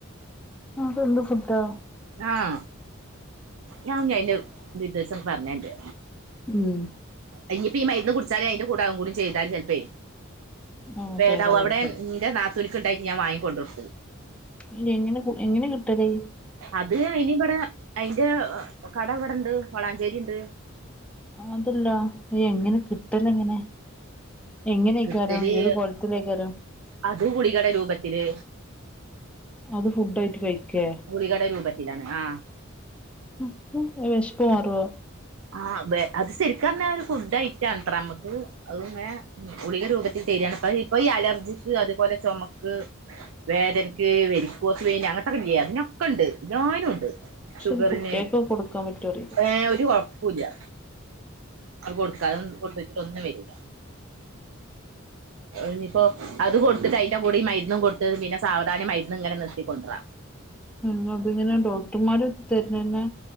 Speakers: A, in the centre; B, on the right.
A: അതെന്ത് ഫുഡാ
B: ആഹ്.. ഞാ ഞ്ഞയിന്റെ ഡീറ്റെയിൽസ് പറഞ്ഞറണ്ട്.
A: മ്മ്ഹ്..
B: അയിഞ്ഞിപ്പി ഈ മരുന്ന് കുടിചാലെ അയിന്റെ കൂടെഅഹും കൂടി ചെയ്താൽ ചെലപ്പേ..
A: ആഹ്
B: പേദാവു
A: പേതാ വിളിക്കല്
B: അവിടേം ന്റെ നാത്തുൻക് ണ്ടായിട്ട് ഞാൻ വാങ്ങകൊണ്ടോട്ത്ത്..
A: എങ്ങനെ എങ്ങനെകിട്ടല്..
B: അത് അയിനിവിടെ അയിന്റെ കട ഇവിടെണ്ട് വളാഞ്ചേരിണ്ട്.
A: അതല്ല എങ്ങനെ കിട്ടല് എങ്ങനെ. എങ്ങനെകാരം
B: കിട്ടല്
A: ഏതു കോലത്തിലേക്കാരം.
B: അത് ഗുളികടെ രൂപത്തില്
A: അത് ഫുഡ്‌ ആയിട്ട് കൈക്കെ.
B: ഗുളികടെ രൂപത്തിലാണ് ആ
A: പു പു വെശപ്പ് മാറോ.
B: ആ അതെ അത് സെരിക് പറഞ്ഞാ ഒരു ഫുഡ് ഐറ്റത്ര നമ്മക് അതിങ്ങനെ ഗളിക രൂപത്തിൽ തെരണ് അപ്പ ഇപ്പൊ ഈ അലർജിക്ക് അതുപോലെ ചുമക്ക് വേദനക്ക് വെരിക്കോസ് വെയിന് അങ്ങനത്തെഇ യെ അതിനൊക്കെ ഉണ്ട് എല്ലായിനു ഉണ്ട്
A: പക്ഷെ
B: ഷുഗറിന്
A: അത് കുട്ടികൾക്ക് കൊടുക്കാൻ പറ്റോ അറിയില്ല
B: ഏ ഒരു കോയ ല്യ കൊടുതാലും കൊടുട്ടേച്ചിട്ടും ഒന്നും വരില്ല
A: <inaudible>
B: ഇനിപ്പം അതും കൊടുത്തു അയിന്റെ കൂടെ മരുന്നും കൊടുത്തു പിന്നെ സാവധാനം മരുന്ന് നിർത്തിക്കൊണ്ടര
A: നിങ്ങൾക്ക് ഇങ്ങനെ ഡോക്ടർമാർ തര് നെന്നെ